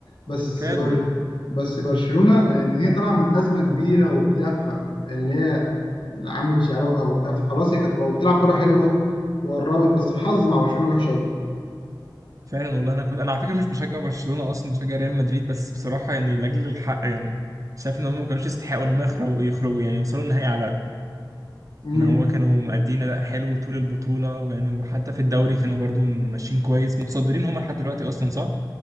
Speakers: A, on the left; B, on the right.
A: بس
B: فعلا
A: بر... بس برشلونة ان هي طالعة من أزمة كبيرة وبتاع ف... اللي هي عمت شبابها وبتاع فخلاص هي كانت بتلعب كرة حلوة وقربت بس الحظ مع برشلونة وحش قوي
B: فعلا والله انا كنت انا على فكره مش بشجع برشلونه اصلا بشجع ريال مدريد بس بصراحه يعني لاجل الحق يعني شايف ان هم ما كانوش يستحقوا ان هم يخرجوا يخرجوا يعني وصلوا النهائي على الاقل
A: امم
B: ان هو كانوا مأدين اداء حلو طول البطوله ويعني وحتى في الدوري كانوا برضو ماشيين كويس متصدرين هم لحد دلوقتي اصلا صح؟